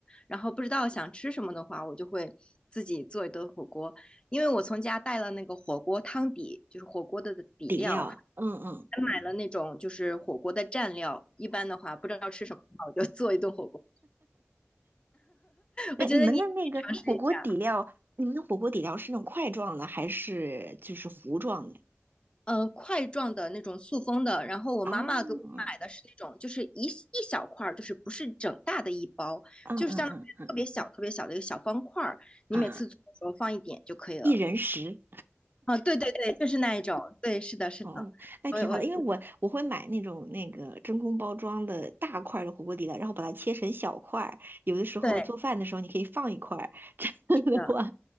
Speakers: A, on the left; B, on the right.
A: 然后不知道想吃什么的话，我就会自己做一顿火锅。因为我从家带了那个火锅汤底，就是火锅的底料，
B: 底料。嗯嗯，
A: 还买了那种就是火锅的蘸料，一般的话不知道吃什么的话，我就 <laughs> 做一顿火锅。
B: 那你们的那个火锅底料，
A: 我觉得你也可以尝试一下，
B: 你们的火锅底料是那种块状的，还是就是糊状的？
A: 嗯、呃块状的那种塑封的，然后我妈妈给我买的是那种就是一一小块就是不是整大的一包，
B: 哦，嗯嗯嗯嗯
A: 就是像特别小特别小的一个小方块儿，
B: 啊，
A: 你每次做的时候放一点就可以了。
B: 一人食。
A: 啊，对对对，就是那一种，对，是的，是的，
B: 哦，那挺好的，
A: 我我
B: 因为我我会买那种那个真空包装的大块儿的火锅底料，然后把它切成小块儿。有的时候做饭的时候，
A: 对
B: 你可以放一块儿，<laughs> 这样的话
A: 是的